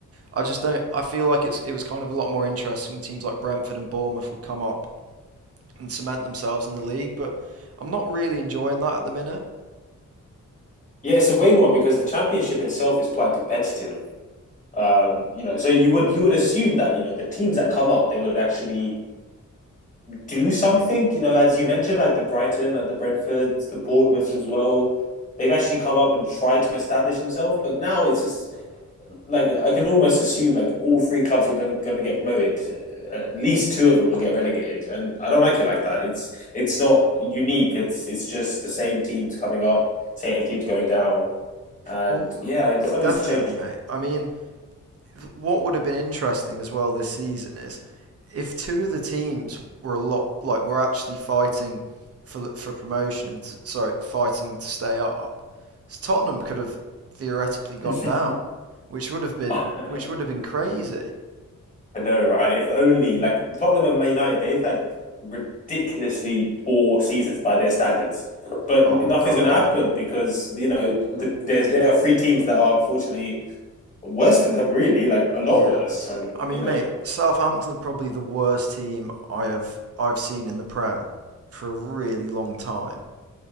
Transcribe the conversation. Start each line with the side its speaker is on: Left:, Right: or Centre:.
Right: I just don't. I feel like it's it was kind of a lot more interesting when teams like Brentford and Bournemouth would come up and cement themselves in the league. But I'm not really enjoying that at the minute.
Left: Yeah, it's a weird one because the championship itself is quite competitive. Um, you know, so you would you would assume that you know the teams that come up they would actually do something. You know, as you mentioned, like the Brighton, like the Brentfords, the Bournemouths as well. They've actually come up and tried to establish themselves, but now it's just like I can almost assume like all three clubs are going to get promoted. Uh, At least two of them will get relegated, and I don't like it like that. It's it's not unique. It's it's just the same teams coming up, same teams going down and
Right: Well,
Left: yeah, I- something
Right: definitely,
Left: needs to change.
Right: mate. I mean, what would have been interesting as well this season is if two of the teams were a lot like were actually fighting for for promotion and to, sorry, fighting to stay up. So Tottenham could have theoretically gone
Left: <laughs>
Right: down, which would have been
Left: I
Right: which would have been crazy.
Left: know, right? If only like Tottenham and Man United, they've had ridiculously poor seasons by their standards, but
Right: Oh
Left: n- nothing's
Right: God,
Left: going to happen
Right: yeah,
Left: because you know the, there's there are three teams that are unfortunately worse than them, really, like a lot
Right: yeah.
Left: worse. And
Right: I mean,
Left: you know,
Right: mate, Southampton are probably the worst team I have I've seen in the Prem for a really long time.